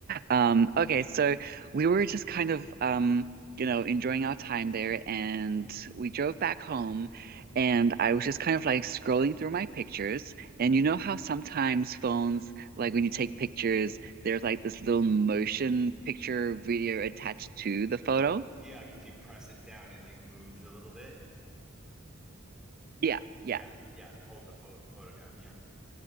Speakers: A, on the right (about 45°); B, in the centre.
A: Um, okay, so we were just kind of um, you know, enjoying our time there and we drove back home and I was just kind of like scrolling through my pictures and you know how sometimes phones like when you take pictures there's like this little motion picture video attached to the photo?
B: Yeah, like if you press it down, it like moves a little bit.
A: Yeah, yeah,
B: Yeah, yeah. If you hold the pho photo down, yeah. Oh